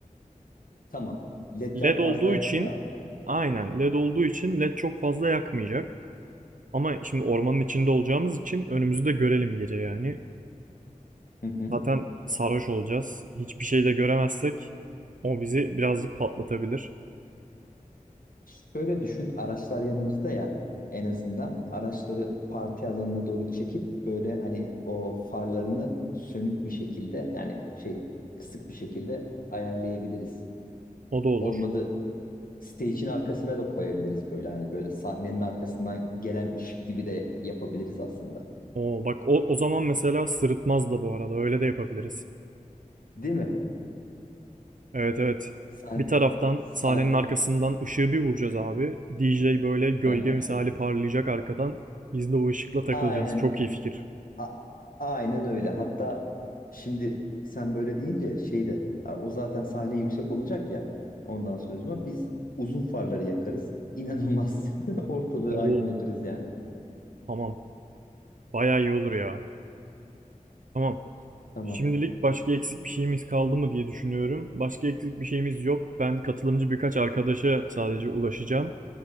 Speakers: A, on the left; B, on the right.
A: tamam. LED'ler
B: Led olduğu
A: fazla yakmıyor
B: için
A: abi.
B: aynen led olduğu için led çok fazla yakmayacak. Ama şimdi ormanın içinde olacağımız için önümüzü de görelim gece yani.
A: Hı hı.
B: Zaten sarhoş olacağız. Hiçbir şey de göremezsek o bizi birazcık patlatabilir.
A: Şöyle düşün, araçlar yanımızda ya en azından araçları parti alanına doğru çekip böyle hani o farlarını sönük bir şekilde yani şey kısık bir şekilde ayarlayabiliriz.
B: O da olur.
A: Olmadı stage'in arkasına da koyabiliriz böyle hani böyle sahnenin arkasından gelen ışık gibi de yapabiliriz aslında.
B: O bak o, o zaman mesela sırıtmaz da bu arada öyle de yapabiliriz.
A: Değil mi?
B: Evet evet.
A: Sah
B: Bir taraftan sahnenin
A: sah
B: arkasından ışığı bir vuracağız abi. DJ böyle gölge
A: Hı hı.
B: misali parlayacak arkadan. Biz de o ışıkla takılacağız.
A: Aynen
B: Çok iyi fikir.
A: A- aynen öyle. Hatta şimdi sen böyle deyince şey de ha, o zaten sahne yüksek olacak ya. Ondan sonracıma biz uzun farları yakarız. İnanılmaz. <laughs> Ortalığı
B: Oo.
A: aydınlatırız yani.
B: Tamam. Bayağı iyi olur ya. Tamam.
A: Tamam.
B: Şimdilik başka eksik bir şeyimiz kaldı mı diye düşünüyorum. Başka eksik bir şeyimiz yok. Ben katılımcı birkaç arkadaşa sadece ulaşacağım.